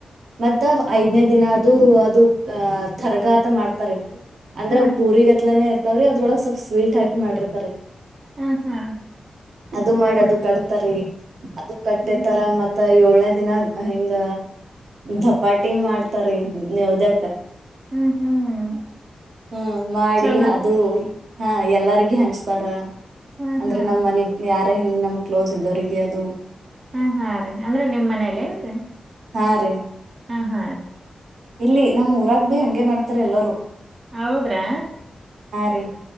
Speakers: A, on the right; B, on the right.
A: ಮತ್ತ ಅದ್ ಐದನೇ ದಿನ ಅದೂ ಅದು ಅ ತರಗಾತ ಮಾಡ್ತಾರೆ. ಅಂದ್ರ
B: ಹಾ ರೀ
A: ಪೂರಿ ಗತ್ಲನೆೇ ಇರ್ತವ್ರಿ ಅದ್ರೊಳಗೆ ಸ್ವಲ್ಪ್ ಸ್ವೀಟ್ ಹಾಕಿ ಮಾಡಿರ್ತರಿ.
B: ಹ್ಮ್ ಹ್ಮ್
A: ಅದು ಮಾಡಿ ಅದು ಕಟ್ತಾರಿ ಅದು ಕಟ್ಟೆ
B: ಹ್ಮ್
A: ತರ ಮತ್ತ ಏಳೇದ ದಿನ ಹಿಂಗ ದಪಾಟಿ ಮಾಡ್ತಾರಿ ನೆವದ್ಯಕ.
B: ಹ್ಮ್ ಹ್ಮ್
A: ಹ್ಮ ಮಾಡಿ
B: ಚಲೋ
A: ಅದು
B: ರೀ
A: ಹಾ ಎಲ್ಲಾರ್ಗ ಹಂಚ್ತಾರ
B: ಹಾ
A: ಅಂದ್ರೆ
B: ಹಾ
A: ನಮ್ಮ್ ಮನೆ ಯಾರೆ ಹಿಂಗ್ ನಮ್ ಕ್ಲೋಸ್ ಇದವರಿಗೆ ಅದು
B: ಹ ಹಾ ರೀ ಅಂದ್ರೆ ನಿಮ್ ಮನೇಲ್ಲೇನ್ರಿ?
A: ಹಾ ರೀ
B: ಹ ಹಾ
A: ಇಲ್ಲಿ ನಮ್ ಊರಾಗ ಬಿ ಹಂಗೆ ಮಾಡ್ತಾರೆ ಎಲ್ಲರು.
B: ಹೌದ್ರಾ
A: ರೀ